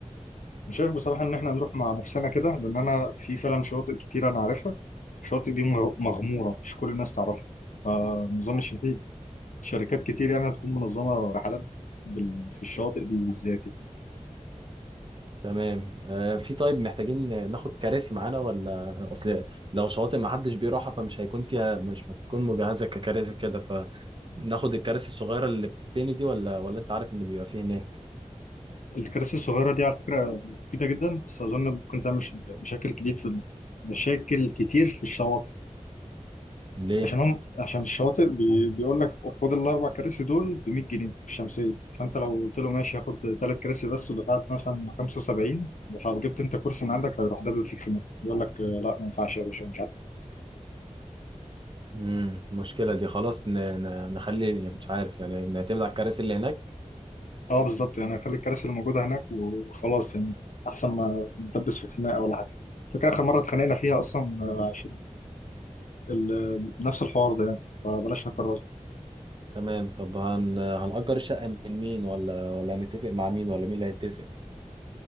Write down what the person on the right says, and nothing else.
تمام آه في طيب محتاجين ناخد كراسي معانا ولا اصل لو شواطئ ما حدش بيروحها فمش هيكون فيها مش بتكون مجهزة ككراسي كده فناخد الكراسي الصغيرة اللي بتتني دي ولا ولا انت عارف ان بيبقى فيه هناك
ليه
امم المشكله دي خلاص ن... ن... نخلي يعني مش عارف يعني نعتمد على الكراسي اللي هناك
تمام طب هن... هنأجر الشقه من مين ولا ولا هنتفق مع مين ولا مين اللي هيتفق